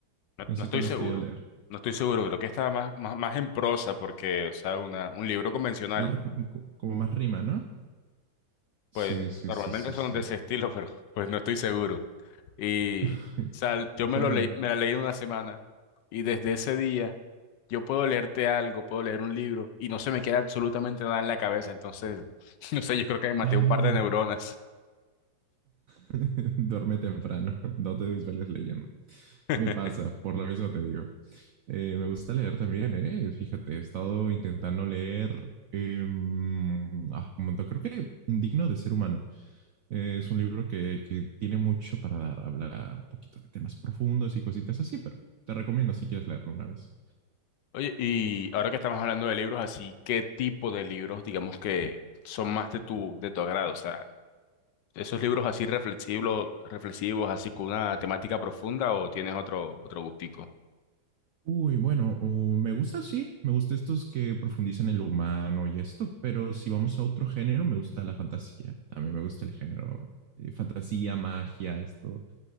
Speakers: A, on the left (about 70°); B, on the right (about 90°).
A: no,
B: no sé
A: no estoy
B: cuál
A: seguro,
B: has querido leer.
A: no estoy seguro, creo que está más, más, más en prosa porque, o sea, una, un libro convencional,
B: Más, r- co- como más rima, ¿no? Sí,
A: pues
B: sí,
A: normalmente
B: sí, sí,
A: son
B: sí.
A: de ese <laughs> estilo, pero pues no estoy seguro. Y,
B: <laughs>
A: o sea, yo me
B: Claro.
A: lo leí, me la leí en una semana y desde ese día... Yo puedo leerte algo, puedo leer un libro y no se me queda absolutamente nada en la cabeza. Entonces, <laughs> no sé, yo creo que me maté
B: Ay,
A: un par de neuronas.
B: <laughs> duerme temprano, <laughs> no te desveles leyendo.
A: <laughs>
B: Me pasa, por lo mismo te digo. Eh, me gusta leer también, eh. Fíjate, he estado intentando leer eh, ah, un montón. Creo que Indigno de Ser Humano. Eh, es un libro que, que tiene mucho para dar. Habla un poquito de temas profundos y cositas así, pero Te recomiendo si quieres leerlo una vez.
A: Oye, y ahora que estamos hablando de libros así, ¿qué tipo de libros, digamos que son más de tu, de tu agrado? O sea, ¿esos libros así reflexivos, reflexivos, así con una temática profunda o tienes otro, otro gustico?
B: Uy, bueno, uh, me gusta, sí, me gusta estos que profundizan en lo humano y esto, pero si vamos a otro género, me gusta la fantasía. También me gusta el género eh, fantasía, magia, esto,